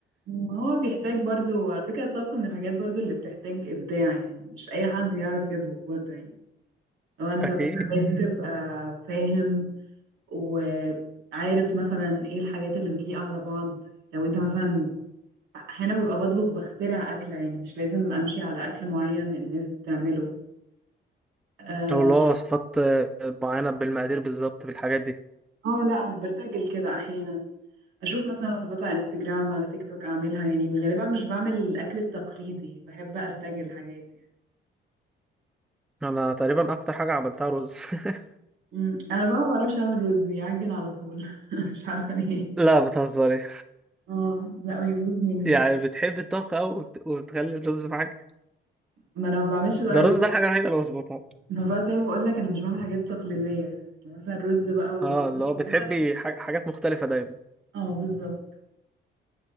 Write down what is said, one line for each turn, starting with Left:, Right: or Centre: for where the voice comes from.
Right: هو بيحتاج برضو على فكرة الطبخ من الحاجات برضو اللي بتحتاج إبداع يعني مش أي حد يعرف يطبخ برضو يعني لو أنت
Centre: اكيد
Right: بتحتاج تبقى فاهم وعارف مثلا إيه الحاجات اللي بتليق على بعض لو أنت مثلا احيانا ببقى بطبخ بخترع اكله يعني مش لازم امشي على اكل معين الناس بتعمله اه
Centre: او اللي هو وصفات معينه بالمقادير بالظبط بالحاجات دي
Right: آه، لا أنا برتجل كده احيانا اشوف مثلا وصفات على انستجرام على تيك توك اعملها يعني غالبا مش بعمل الاكل التقليدي بحب ارتجل حاجات يعني
Centre: انا تقريبا اكتر حاجه عملتها رز <laughs>
Right: امم انا بقى ما بعرفش اعمل رز بيعجن على طول <laughs> مش عارفه ليه
Centre: لا بتهزري
Right: اه لا بيبوظ مني
Centre: يعني بتحبي الطبخ أوي وبت... وبتخلي الرز معاك
Right: ما انا ما بعملش بقى
Centre: ده
Right: رز
Centre: الرز ده الحاجه الوحيده اللي بظبطها
Right: ما بقى زي ما بقول لك انا مش بعمل حاجات تقليديه يعني مثلا الرز بقى والطبيخ
Centre: اه اللي هو بتحبي
Right: وكده
Centre: ح... حاجات مختلفه دايما
Right: اه بالظبط